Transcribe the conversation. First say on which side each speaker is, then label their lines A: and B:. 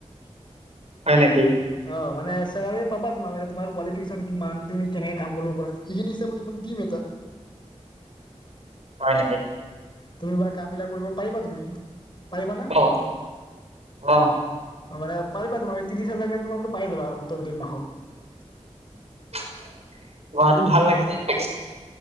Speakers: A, on the left; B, on the right.
A: অ,
B: হয় নেকি?
A: মানে চেৱালিত পাবা তোমালোকে তোমাৰ কোৱালিফিকেশ্যন কিমান, তুমি কেনেকে কাম কৰিব পাৰা। সেইখিনি হিচাপে তোমাক দিম এটা।
B: হয় নেকি।
A: তুমি বা কামবিলাক কৰিব পাৰিবা তুমি। পাৰিবা না?
B: অহ, অহ।
A: মানে পাৰিবা তোমাৰ ত্ৰিছ হাজাৰ মান তোমাৰ বুলো পাই যাবা আৰামত তুমি তুমি মাহত।
B: গুৱাহাটীত ভাল লাগে যে, থাকি।